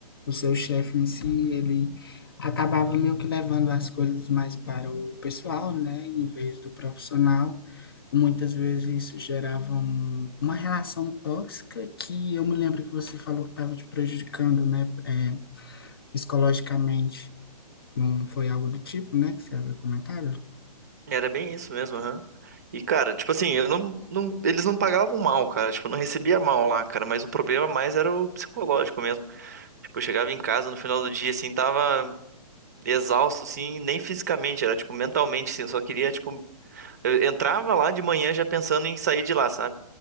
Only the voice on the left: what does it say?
o seu chefe em si, ele acabava meio que levando as coisas mais para o pessoal, né, em vez do profissional. E muitas vezes isso gerava um- uma relação tóxica que eu me lembro que você falou que estava te prejudicando, né, é, psicologicamente. Não foi algo do tipo, né, que você havia comentado?